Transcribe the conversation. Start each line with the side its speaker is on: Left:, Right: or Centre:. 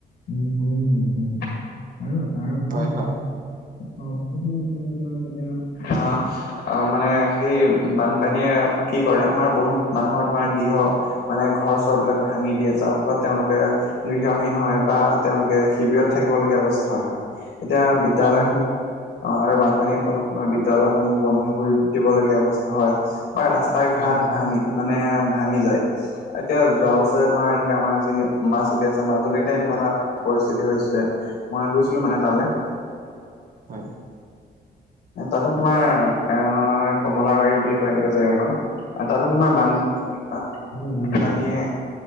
Left: উম, কমি অহা দেখা যায়। আৰু তাৰ উপৰিও
Right: হয়, হয়।
Left: <unintelligible> আহ, মানে সেই বানপানীয়ে কি কৰে আমাৰ বহুত মানুহৰ তোমাৰ গৃহ মানে ঘৰ চৰ বিলাক ভাঙি দিয়ে যাৰ ফলত তেওঁলোকে গৃহহীন হয় বা তেওঁলোকে শিবিৰত থাকিব লগীয়া অৱস্থা হয়। এতিয়া
Right: হয়
Left: বিদ্যালয়
Right: হয়
Left: সমূহ অ' আৰু বানপানীৰ ফলত তোমাৰ বিদ্যয়ালয়সমূহ বন্ধ কৰি দিবলগীয়া অৱস্থা হয়। বা ৰাস্তা
Right: হয়
Left: ঘাট
Right: হয় হয়
Left: ভাঙি, মানে ভাঙি যায়। এতিয়া যোৱা বছৰে তোমাৰ এনেকে আমাৰ যি মাজুলী আছে, মাজুলীতে এনেকুৱা এটা পৰিস্থিতি হৈছিলে মই গৈছিলোঁ মানে তালৈ
Right: হয়
Left: তাতে তোমাৰ এ কমলাবাৰী বুলি কয় এনেকে জেগাখন আৰু তাতে তোমাৰ বান উ বানপানীয়ে